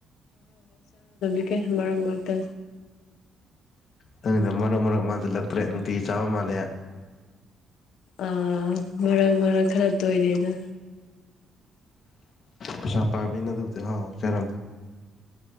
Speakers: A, on the left (about 80°); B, on the left (about 55°).
A: ꯑꯦ ꯃꯔꯛ ꯃꯔꯛꯇ
B: ꯅꯪꯗ ꯃꯔꯛ ꯃꯔꯛ ꯃꯥꯟꯁꯤꯜꯂꯛꯇ꯭ꯔꯦ ꯅꯨꯡꯇꯤꯒꯤ ꯆꯥꯕ ꯃꯥꯜꯂꯦ
A: ꯑꯥ ꯃꯔꯛ ꯃꯔꯛ ꯈꯔ ꯇꯣꯏꯔꯦꯗꯣ
B: ꯄꯩꯁꯥꯄꯥꯃꯤꯅ ꯑꯗꯨꯕꯨꯗꯤ ꯑꯍꯎ ꯑꯍꯎ ꯆꯥꯔꯝꯃꯅꯤ